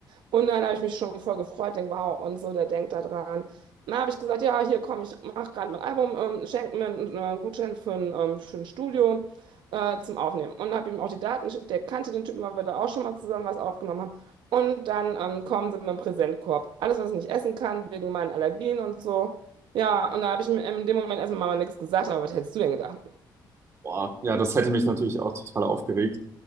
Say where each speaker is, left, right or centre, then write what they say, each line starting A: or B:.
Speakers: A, on the right (about 75°); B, on the right (about 35°).
A: Und dann habe ich mich schon voll gefreut, denke, wow, und so, der denkt da dran. Dann habe ich gesagt, ja, hier komm, ich mache gerade mein Album, ähm, schenke mir einen äh, Gutschein für ein ähm, schönes Studio äh, zum Aufnehmen. Und habe ihm auch die Daten geschickt, der kannte den Typen, weil wir da auch schon mal zusammen was aufgenommen haben. Und dann ähm, kommen sie mit dem Präsentkorb. Alles, was ich nicht essen kann, wegen meinen Allergien und so. Ja, und da habe ich mir in dem Moment erstmal mal nichts gesagt, aber was hättest du denn gedacht?
B: Boah, ja, das hätte mich natürlich auch total aufgeregt.